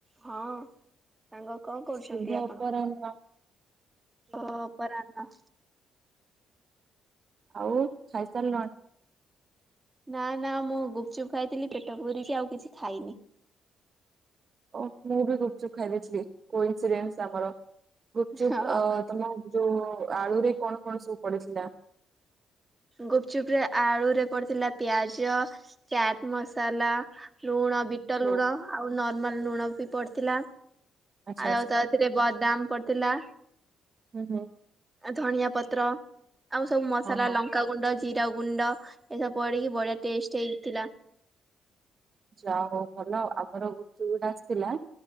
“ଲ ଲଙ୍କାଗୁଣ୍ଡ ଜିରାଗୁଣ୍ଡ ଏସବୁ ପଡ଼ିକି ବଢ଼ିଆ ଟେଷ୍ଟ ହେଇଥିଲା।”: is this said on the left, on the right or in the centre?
Right